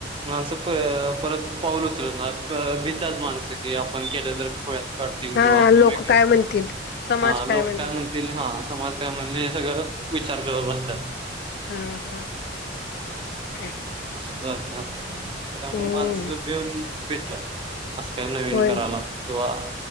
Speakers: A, on the right (about 25°); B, on the left (about 55°).
A: माणसं परत पाऊल उचलत ना भितात माणसं की आपण केलं तर खोळ्यात काढतील
B: हा
A: किंवा असं
B: लोक
A: वेगळं
B: काय म्हणतील समाज
A: हा लोक
B: म्हणेल.
A: काय म्हणतील. हा समाज काय म्हणेल हे सगळं विचार करत बसतात.
B: हा हा थँकू.
A: असं झाले आ त्यामुळे
B: हम्म
A: माणसं बिऊन भेटातात. असं काही नवीन
B: होय
A: करायला
B: ना.
A: किंवा